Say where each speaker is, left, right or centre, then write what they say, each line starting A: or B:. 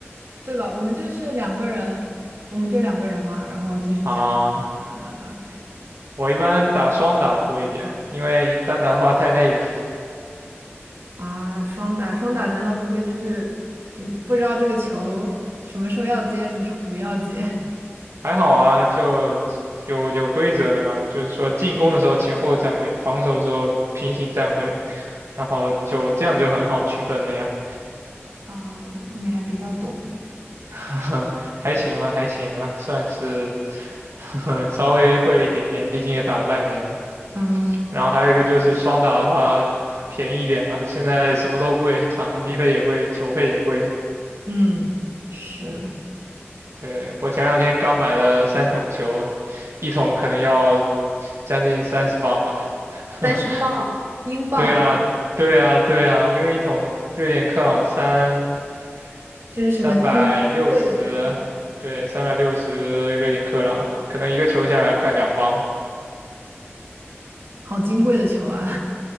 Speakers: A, on the right; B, on the right.
A: 对吧？我们就是两个人，我们就两个人嘛，然后就是这样打打打打打
B: 啊？我一般打双打多一点，因为单打的话太累了。
A: 啊，双打双打，难道不会就是嗯，不知道这个球什么时候要接，什么时候不要接
B: 还好啊，就有有规则的嘛，就是说进攻的时候前后站位，防守的时候平行站位，然后就这样就很好区分了呀，
A: <laughs> 啊？你还比较懂，
B: <laughs> 还行吧，还行吧，算是 <laughs> 稍微会了一点点，毕竟也打了半年嘛。
A: 嗯
B: 然后还有一个就是双打的话便宜一点嘛，现在什么都贵，场地费也贵，球费也贵。
A: 嗯，是
B: 对，我前两天刚买了三桶球，一桶可能要将近三十磅吧。<laughs>
A: 三十磅英镑，
B: 对啊，对啊，对啊，因为一桶瑞典克朗三
A: 这是什么金贵的球？
B: 三百六十，对，三百六十瑞典克朗，可能一个球下来快两磅。
A: 好金贵的球啊！